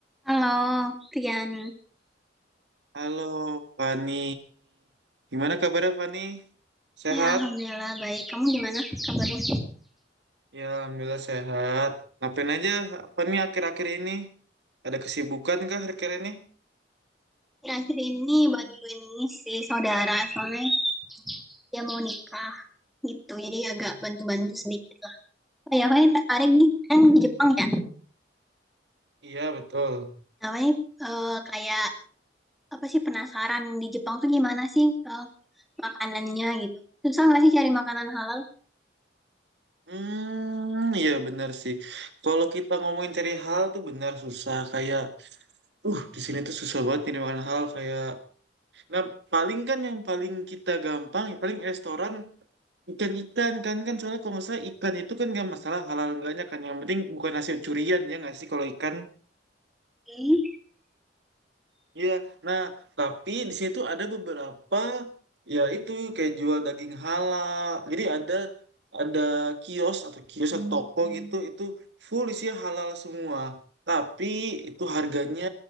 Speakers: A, in the centre; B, on the right.
A: Halo, Rian.
B: Halo Fani, gimana kabarnya Fani? Sehat?
A: Ya, alhamdulillah baik. Kamu gimana kabarnya?
B: Ya Alhamdulillah sehat. Ngapain aja Fani akhir-akhir ini? Ada kesibukan kah akhir-akhir ini?
A: Akhir-akhir ini bantuin ini si saudara, soalnya dia mau nikah gitu. Jadi agak bantu-bantu sedikit lah. Oh ya, paling tertarik nih, kan di Jepang ya.
B: Iya betul.
A: Namanya eh, kayak apa sih penasaran di Jepang tuh gimana sih eh, makanannya gitu. Susah nggak sih cari makanan halal?
B: Hmm, iya benar sih. Kalau kita ngomongin cari hal tuh benar susah. Kayak, uh di sini tuh susah banget nih makan hal kayak Nah, paling kan yang paling kita gampang, ya paling restoran ikan-ikan kan kan soalnya kalau nggak salah ikan itu kan nggak masalah halal enggaknya kan yang penting bukan hasil curian ya nggak sih kalau ikan
A: Hmm,
B: Iya, nah tapi di situ ada beberapa ya itu kayak jual daging halal. Jadi ada ada kios atau kios atau toko gitu itu full isinya halal semua. Tapi itu harganya